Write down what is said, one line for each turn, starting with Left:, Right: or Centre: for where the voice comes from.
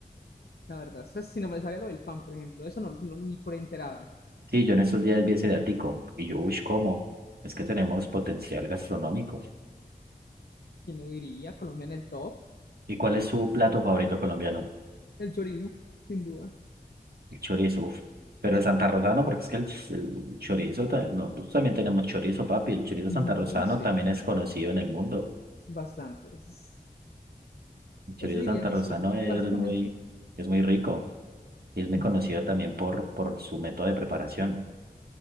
Left: La verdad, eso si no me sabía lo del pan, por ejemplo, eso no, no- ni por enterado.
Right: Sí, yo en estos días vi ese datico, y yo, uy, ¿cómo? Es que tenemos potencial gastronómico.
Left: ¿Quién lo diría? Colombia en el top.
Right: ¿Y cuál es su plato favorito colombiano?
Left: El chorizo, sin duda.
Right: El chorizo, uf. Pero el santarrosano, porque es que el, ch- el chorizo, ta- nosotros también tenemos chorizo, papi. El chorizo
Left: Ujú,
Right: santarrosano
Left: sí,
Right: también es conocido en el mundo.
Left: bastante. Ese, es-
Right: El chorizo
Left: ese diría
Right: santarrosano
Left: que sí,
Right: es
Left: básicamente.
Right: muy, es muy rico y es muy
Left: Ujú.
Right: conocido también por, por su método de preparación.